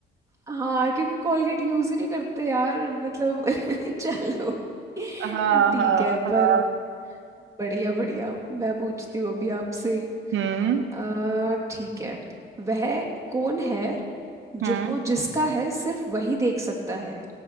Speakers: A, on the right (about 15°); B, on the right (about 75°).
A: हाँ क्योंकि कोलगेट यूज ही नहीं करते यार मतलब <laughs> चलो ठीक
B: हाँ हाँ
A: है
B: हाँ
A: पर बढ़िया बढ़िया मैं पूछती हूँ अभी आपसे
B: हम्म
A: अ, ठीक है वह कौन है जो
B: हम्म
A: जिसका है सिर्फ वही देख सकता है